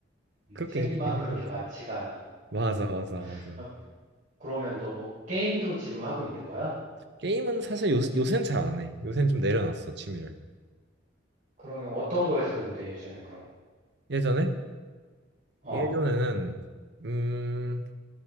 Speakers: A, on the right; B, on the right.
A: 음,
B: 그렇게
A: 책이
B: 인기가
A: 막
B: 있는
A: 그렇게
B: 것
A: 많지가
B: 같아.
A: 않아.
B: 맞아,
A: 어.
B: 맞아, 맞아.
A: 야, 그러면 너 게임도 지금 하고 있는 거야?
B: 게임은 사실 요, 요새는 잘 안 해. 요새는 좀 내려놨어, 취미를.
A: 그러면 어떤 거 했었는데 예전엔 그럼?
B: 예전에?
A: 어,
B: 예전에는, 음,